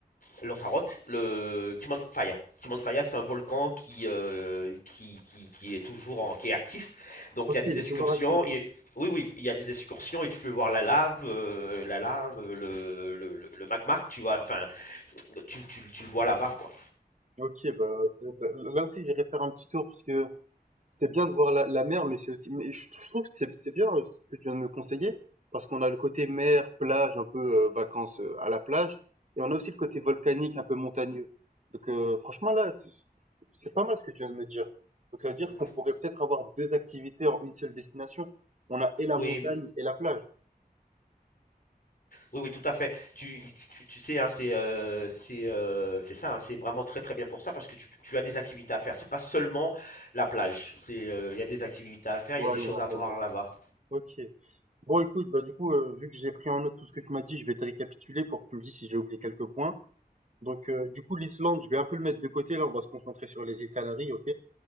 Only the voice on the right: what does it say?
Ok,
il
est toujours actif.
Ok, bah, c'est- bah, là aussi j'irai faire un petit tour parce que C'est bien de voir la la mer, mais c'est aussi mais je je trouve que c'est c'est bien, heu, ce que tu viens de me conseiller, parce qu'on a le côté mer, plage, un peu, heu, vacances, heu, à la plage et on a aussi le côté volcanique, un peu montagneux. Donc heu, franchement là, c'est c'est pas mal ce que tu viens de me dire. Donc ça veut dire
qu'on pourrait peut-être avoir 2 activités en une seule destination. On a et la
montagne et la plage.
Ouais,
il y en a
pas mal.
OK. Bon écoute, bah, du coup, heu, vu que j'ai pris en note tout ce que tu m'as dit, je vais te récapituler pour que tu me dises si j'ai oublié quelques points. Donc, euh, du coup, l'Islande, je vais un peu le mettre de côté. Là, on va se concentrer sur les îles Canaries, ok?